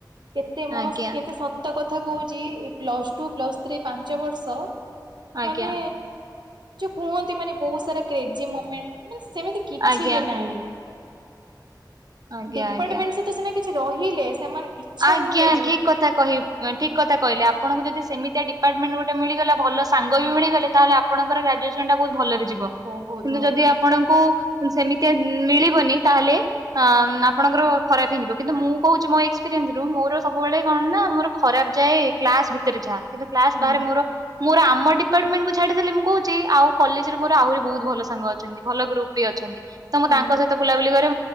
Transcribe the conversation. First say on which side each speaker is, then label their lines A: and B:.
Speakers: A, on the right; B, on the right.
A: କେତେ ମସ୍ତ୍
B: ଆଜ୍ଞା
A: କିନ୍ତୁ ସତ କଥା କହୁଛି ପ୍ଲସ ଟୁ ପ୍ଲସ୍ ଥ୍ରୀ ପାଞ୍ଚ ବର୍ଷ
B: ଆଜ୍ଞା
A: ମାନେ ଯୋଉ କୁହନ୍ତି ମାନେ ବହୁତ ସାରା କ୍ରେଜି ମୋମେଣ୍ଟ ସେମିତି କି କିଛି
B: ଆଜ୍ଞା।
A: ବି ନାହିଁ।
B: ଆଜ୍ଞା
A: ଡିପାର୍ଟମେଣ୍ଟ
B: ଆଜ୍ଞା
A: ସହିତ ସିନା କିଛି ରହିଲେ ସେମାନେ ଇଚ୍ଛା
B: ଆଜ୍ଞା
A: ହୁଏନି
B: ଠିକ କଥା କହି ଠିକ କଥା କହିଲେ ଆପଣଙ୍କୁ ଯଦି ସେମିତିଆ ଡିପାର୍ଟମେଣ୍ଟ ଗୋଟେ ମିଳିଗଲା ଭଲ ସାଙ୍ଗ ବି ମିଳିଗଲେ ତାହେଲେ ଆଣଙ୍କ ଗ୍ରାଜୁଏସନ ଟା ବହୁତ ଭଲରେ ଯିବ
A: ବହୁତ
B: ହେଲେ ଯଦି ଆପଣଙ୍କୁ ସେମିତିଆ ମିଳିବନି ତାହେଲେ ଆପଣଙ୍କର ଖରାପ ହେଇଯିବ କିନ୍ତୁ ମୁଁ କହୁଛି ମୋ ଏକ୍ସ ଏକ୍ସପ୍ରିଏନ୍ସରୁ ମୋର ସବୁବେଳେ କଣ ନା ମୋର ଖରାପ ଯାଏ କ୍ଲାସ ଭିତରେ ଯାହା କିନ୍ତୁ କ୍ଲାସ
A: ହଁ। ହୁଁ
B: ବାହାରେ ମୋର ମୋର ଆମ ଡିପାର୍ଟମେଣ୍ଟ କୁ ଛାଡିଦେଲେ ମୁଁ କହୁଛି ଆଉ କଲେଜରେ ମୋର ଆହୁରି ବହୁତ ଭଲ ସାଙ୍ଗ ଅଛନ୍ତି ଭଲ ଗ୍ରୁପ ବି ଅଛନ୍ତି। ତ ମୁଁ
A: ହୁଁ
B: ତାଙ୍କ ସହିତ ବୁଲାବୁଲି କରେ